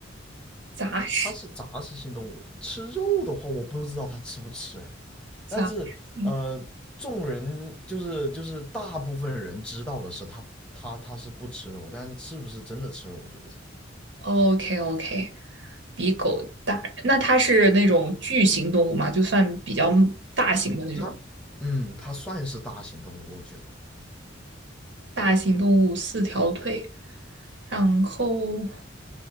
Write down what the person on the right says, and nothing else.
杂食，
杂。
嗯
，OK OK，比狗大。那它是那种巨型动物嘛？就算比较大型的那种
大型动物，四条腿。然后